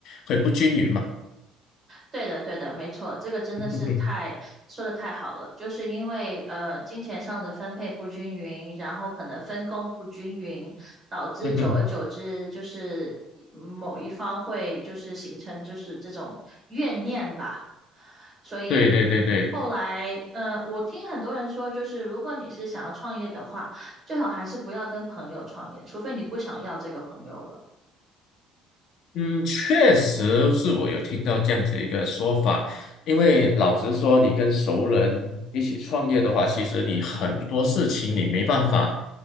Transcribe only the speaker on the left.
会不均匀嘛。
<laughs> 嗯哼，
嗯哼，
对对对对。
嗯，确实是我有听到这样子一个说法，因为老实说，你跟熟人一起创业的话，其实你很多事情你没办法